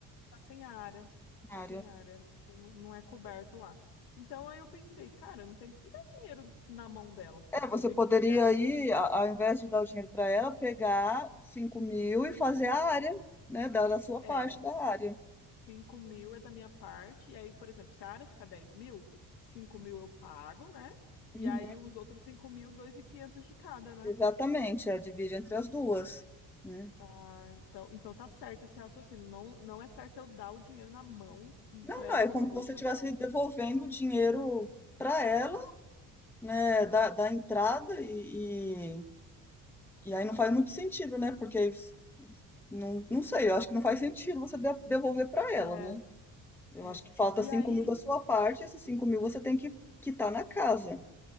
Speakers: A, on the left (about 85°); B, in the centre.
A: tá sem área,
B: área.
A: tá sem área, não, não é coberto lá. Então aí eu pensei, cara, eu não tenho que dar dinheiro na mão dela,
B: É, você
A: eu tenho
B: poderia
A: que pegar.
B: aí, a- ao invés de dar o dinheiro para ela, pegar os 5 mil e fazer a área, né? Dar a sua
A: É.
B: parte da área.
A: cinco mil é da minha parte. E aí, por exemplo, se a área ficar dez mil, cinco mil eu pago, né? E
B: Uhum,
A: aí os outros cinco mil, 2.500 de cada, né?
B: exatamente, é, divide entre as duas, né?
A: Ah, então, então tá certo esse raciocínio. Não, não é certo eu dar o dinheiro na mão
B: Não,
A: pra ela
B: não, é
A: pôr
B: como
A: no bolso
B: que você estivesse
A: dela,
B: devolvendo
A: né?
B: o dinheiro para ela, né?
A: Tá.
B: Da, da entrada e, e, e aí não faz muito sentido, né? Porque Não, não sei, eu acho que não faz sentido você de- devolver para
A: É,
B: ela, né? Eu
A: é.
B: acho que falta
A: E
B: cinco
A: aí,
B: mil da sua parte, esses 5 mil você tem que quitar na casa.